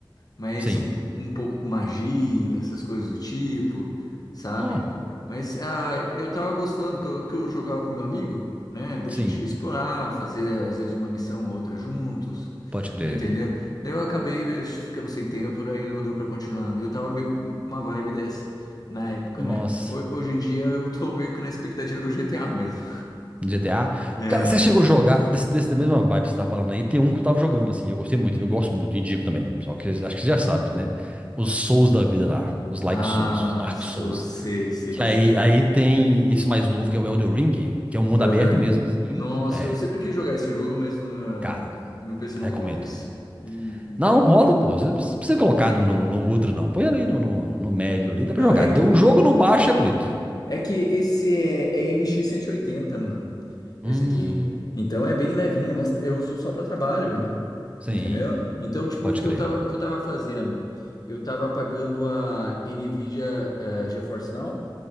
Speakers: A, on the left (about 50°); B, on the right (about 15°).
A: Mas
B: sim.
A: um, um pouco com magia, essas coisas do tipo, sabe?
B: Nó,
A: Mas ah, eu tava gostando que eu, que eu jogava com meu amigo, né? Da
B: sim,
A: gente explorar, fazer às vezes uma missão ou outra juntos,
B: pode crer.
A: entendeu? Daí eu acabei eh, ficando sem tempo, daí não deu pra continuar. Eu tava meio com com uma vibe dessa na época,
B: Nossa,
A: né? Ho- Hoje em dia eu tô meio que na expectativa do GTA mesmo.
B: GTA.
A: É.
B: Cara, você chegou a jogar desse, desse da mesma vibe que você tá falando aí? Tem um que eu tava jogando assim, eu gostei muito,
A: hum.
B: eu gosto muito, indico também. Só que acho que você já sabe, né? Os Souls da vida lá, os Like
A: Ah,
B: Souls, os Dark
A: so,
B: Souls.
A: sei, sei,
B: Aí,
A: sei.
B: aí tem esse mais novo que é o Elden Ring, que é um mundo
A: The
B: aberto
A: Elden Ring.
B: mesmo, sim.
A: Nossa,
B: É,
A: eu sempre quis jogar esse jogo, mas ah,
B: cara,
A: meu PC não
B: recomendo.
A: rola isso. Uhum.
B: Não, roda, pô. Você não precisa colocar no, no, no outro, não. Põe ali no, no, no médio ali,
A: Não,
B: dá pra jogar.
A: é que,
B: Deu o jogo no baixo é bonito.
A: é que esse é, é MX oitenta mano.
B: Hum,
A: Esse aqui. Então é bem levinha, mas eu uso só pra trabalho ele.
B: sim.
A: Entendeu? Então, tipo,
B: Pode
A: o que
B: crer.
A: eu tava, o que eu tava fazendo? Eu tava pagando a Nvidia eh, GeForce Now,